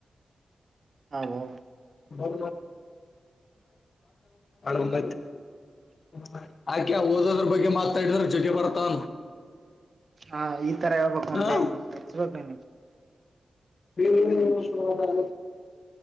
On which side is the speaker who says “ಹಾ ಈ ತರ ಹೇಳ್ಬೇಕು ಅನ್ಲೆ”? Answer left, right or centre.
Right